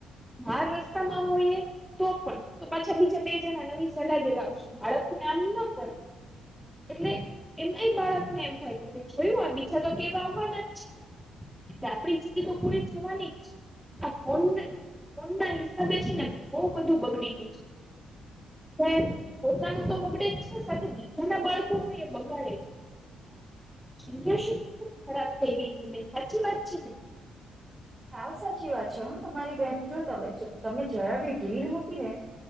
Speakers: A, in the centre; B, on the right.
A: બાર રસ્તામાં હોયએ તો પણ. તો પાછા બીજા બે જણા નવી સલાહ દેવા આવશે બાળકને આમ ના કરાય. એટલે એમ એ બાળકને એમ થાય કે જોયું આ બીજા તો કેવા આવવાના જ છે. એટલે આપડી જીદ તો પૂરી થવાની જ છે. આ ફોન ને ફોન ના હિસાબે છે ને બહુ બધું બગડી ગયું છે. પોતાનું તો બગડે જ છે સાથે બીજાના બાળકો નું એ બગાડે છે.
B: <inaudible>
A: જીંદગી ખરાબ થઈ ગઈ છે બેન હાચી વાત છે ને?
B: સાવ સાચી વાત છે હ તમારી બેન, જો તમે તમે જરા બી ઢીલ મૂકી ને